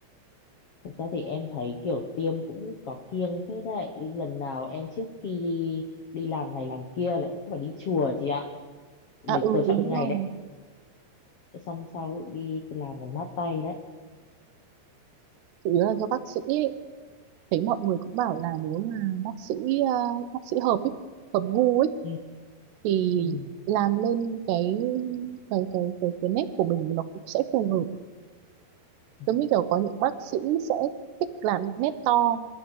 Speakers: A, on the left; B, on the right.
A: Thật ra thì em thấy kiểu tiêm cũng có kiêng phết đấy. Lần nào em trước khi đi đi làm này làm kia lại cũng phải đi chùa chị ạ. Để
B: à ừ
A: tôi chọn
B: đúng
A: ngày
B: rồi
A: đấy. Xong sau đi làm còn mát tay đấy.
B: chủ yếu là do bác sĩ ấy. thấy mọi người cũng bảo là nếu mà bác sĩ à, bác sĩ hợp ấy, hợp gu ấy
A: Ừ.
B: thì
A: Ừ.
B: làm lên cái cái cái cái cái nét của mình nó cũng sẽ phù hợp
A: Ừ.
B: giống như kiểu có những bác sĩ sẽ thích làm những nét to